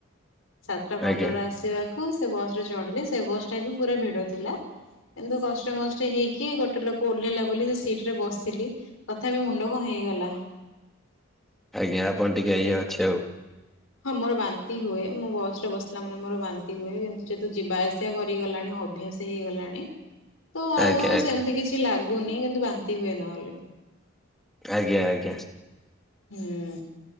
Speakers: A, on the left (about 75°); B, in the centre.
A: ସାତଟା ପନ୍ଦରରୁ
B: ଆଜ୍ଞା
A: ଆସିବା କୁ ସେ ବସ୍ ରେ ଚଢିଲି। ସେ ବସ୍ ଟା ବି ପୁରା ଭିଡ ଥିଲା। କିନ୍ତୁ କଷ୍ଟେ ମଷ୍ଟେ ହେଇି କି ଗୋଟେ ଲୋକ ଓହ୍ଲେଇଲା ବୋଲି ସେ ସିଟ ରେ ବସିଲି। ତଥାପି ମୁଣ୍ଡ କଅ ହେଇଗଲା। <inaudible>
B: ଆଜ୍ଞା ଆପଣ ଟିକେ
A: ସେ
B: ଏଇ ଅଛି ଆଉ।
A: <inaudible> ହଁ ମୋର ବାନ୍ତି ହୁଏ ମୁଁ ବସ୍ ରେ ବସିଲା ମାନେ ମୋର ବାନ୍ତି ହୁଏ, କିନ୍ତୁ ଯେହେତୁ ଯିବା ଆସିବା କରିଗଲାଣି ଅଭ୍ୟାସ ହେଇଗଲାଣି ତ ଆଉ
B: ଆଜ୍ଞା ଆଜ୍ଞା।
A: ସେମିତି କିଛି ଲାଗୁନି କିନ୍ତୁ ବାନ୍ତି ହୁଏ ନହେଲେ।
B: ଆଜ୍ଞା ଆଜ୍ଞା।
A: ହୁଁ।